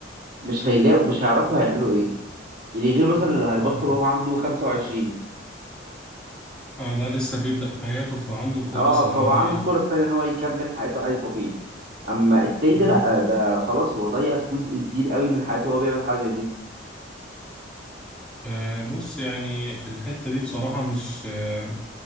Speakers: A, on the right; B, in the centre.
A: مش هيلاقوا مش هيعرفوا هيعملوا ايه يعني غير مثلا اللي هيبطل
B: اه
A: هو عنده 25
B: اه ده لسه بيبدأ حياته فعنده فرص
A: اه
B: ان
A: فهو
B: هو
A: عنده
B: ايه
A: فرص تانية ان هو يكمل حياته عادي طبيعي اما التاني ده
B: امم
A: لا ده خلاص هو ضيع جزء كبير قوي من حياته وهو بيعمل الحاجه دي
B: آه بص يعني في الحتة دي بصراحة مش آه